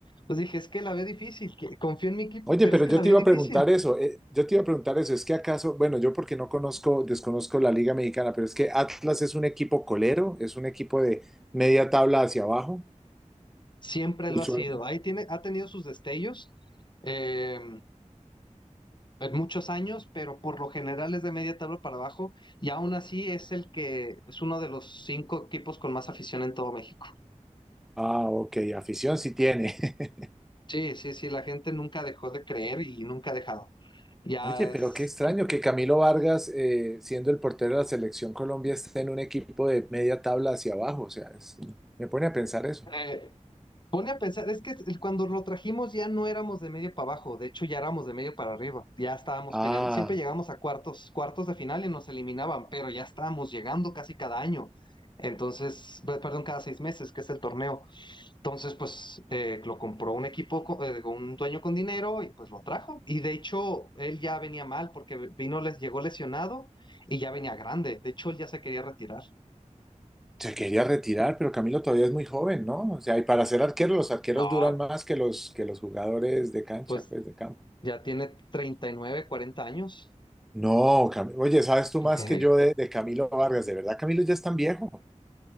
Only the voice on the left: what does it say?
pues dije, es que la veo difícil, que confío en mi equipo,
pero
es que
la veo
difícil.
Siempre
lo ha sido, ahí tiene, ha tenido sus destellos eh, en muchos años, pero por lo general es de media tabla para abajo, y aún así es el que es uno de los cinco equipos con más afición en todo México.
Sí, sí, sí, la gente nunca dejó de creer y nunca ha dejado. Ya
es,
eh, pone a pensar, es que el- cuando lo trajimos ya no éramos de medio para abajo, de hecho ya éramos de medio para arriba, ya estábamos
peleando, siempre llegábamos a cuartos, cuartos de final y nos eliminaban, pero ya estábamos llegando casi cada año, entonces, pe- perdón, cada seis meses, que es el torneo. Entonces, pues eh, lo compró un equipo, co- eh, con un dueño con dinero y pues lo trajo. Y de hecho, él ya venía mal porque vino, les llegó lesionado y ya venía grande. De hecho, él ya se quería retirar.
No,
pues
ya tiene 39 40 años.
<laughs>